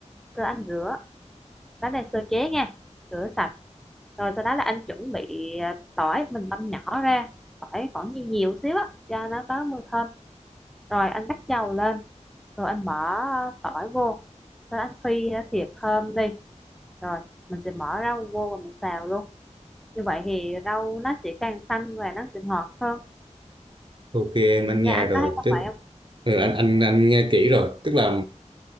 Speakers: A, in the centre; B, on the right.
A: sơ anh rửa lá này sơ chế nha rửa sạch rồi sau đó là anh chuẩn bị à, tỏi mình băm nhỏ ra tỏi khoảng nhiều nhiều xíu á cho nó có mùi thơm rồi anh bắt dầu lên rồi anh bỏ tỏi vô rồi anh phi à, thiệt thơm đi rồi mình sẽ bỏ rau vô và mình xào luôn như vậy thì rau nó sẽ càng xanh và nó sẽ ngọt hơn
B: ok em
A: nhà
B: anh nghe
A: anh
B: rồi
A: có hay làm
B: tức
A: vậy không
B: ừ, anh anh anh nghe kỹ rồi tức là